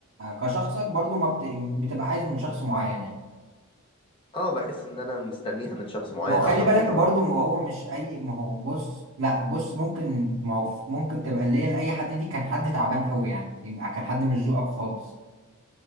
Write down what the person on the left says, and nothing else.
اه بحس ان انا مستنيها من شخص معين
او حبيتها
من اكتر